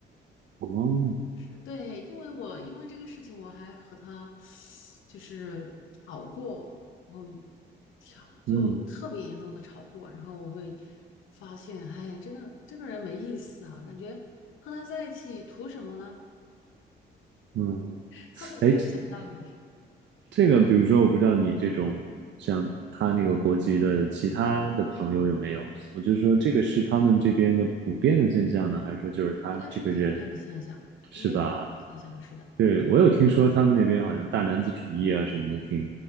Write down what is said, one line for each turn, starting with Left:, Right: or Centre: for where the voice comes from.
Right: 嗯，哦，
Left: 是对，因为我因为这个事情，我还和他就是吵过，然后吵就特别严重的吵过，
Right: 嗯
Left: 然后我会发现，哎，这个这个人没意思啊，感觉和他在一起图什么呢？
Right: 嗯。
Left: <laughs> 他都不会想到你，
Right: 哎，这个比如说，我不知道你这种像他那个国籍的其他的朋友有没有？我就说这个是他们这边的普遍的现象呢，还是说就是他这个人
Left: 应该是普遍的现象，
Right: 是吧？
Left: 应该普遍的现象，是的。
Right: 对，我有听说他们那边好像大男子主义啊什么的挺